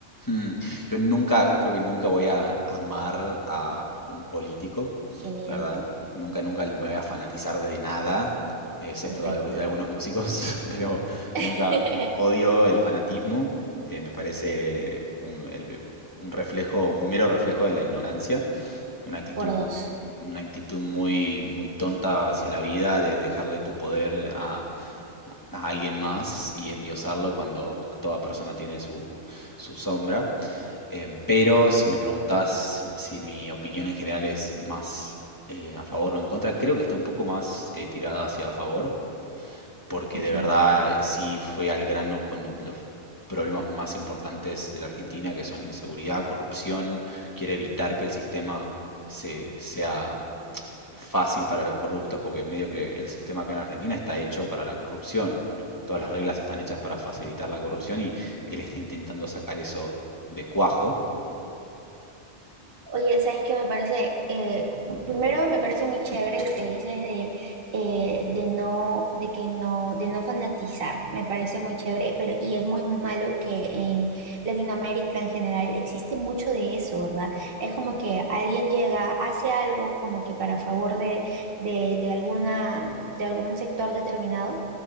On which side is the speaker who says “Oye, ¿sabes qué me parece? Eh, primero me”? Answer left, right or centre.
Right